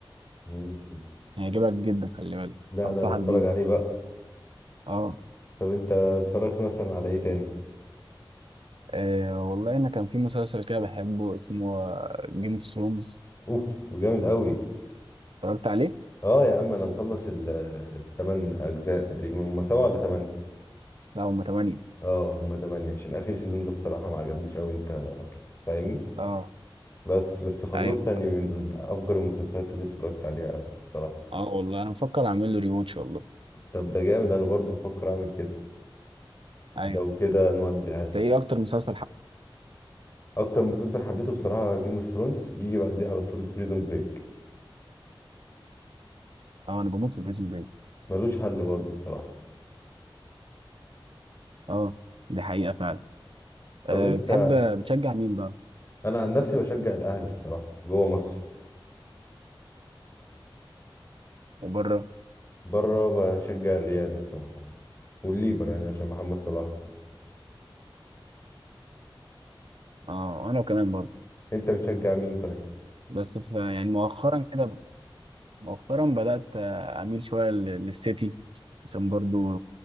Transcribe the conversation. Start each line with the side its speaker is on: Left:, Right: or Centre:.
Left: امم
Right: هيعجبك جدا خلي بالك
Left: لا
Right: انصحك
Left: ده انا اتفرج
Right: بيه
Left: عليه بقى
Right: اه
Left: طب انت اتفرجت مثلا على ايه تاني
Right: آه، والله انا كان في مسلسل كده بحبه اسمه جيم اوف ثرونز
Left: اوف وجامد قوي
Right: اتفرجت عليه
Left: اه يا عم انا مخلص الثمان اجزاء تقريبا هم سبعة ولا ثمانية
Right: لا هما تمانية
Left: اه هم ثمانية عشان اخر سيزون ده الصراحة ما عجبنيش قوي انت فاهمني
Right: اه
Left: بس بس خلصت
Right: ايوه
Left: يعني من افجر المسلسلات اللي اتفرجت عليها الصراحة
Right: اه والله انا بفكر اعمل له ريواتش والله
Left: طب ده جامد انا برضو بفكر اعمل كده
Right: ايوه
Left: لو كده نودي عادي
Right: انت ايه اكتر مسلسل حب...
Left: اكتر مسلسل حبيته بصراحة جيم اوف ثرونز يجي بعديه على طول بريزون بريك
Right: اه انا بموت في بريزون بريك
Left: ملوش حل برضو الصراحة
Right: اه دي حقيقة فعلا
Left: طب
Right: أه
Left: انت
Right: بتحب بتشجع مين بقى
Left: انا عن نفسي بشجع الاهلي الصراحة جوه مصر
Right: وبره
Left: بره بشجع الريال الصراحة برضه والليفر يعني عشان محمد صلاح وكده.
Right: اه انا كمان برضه
Left: انت بتشجع مين طيب
Right: بس في يعني مؤخرا كده مؤخرا بدأت آه، اميل شوية لل- للسيتي عشان برضه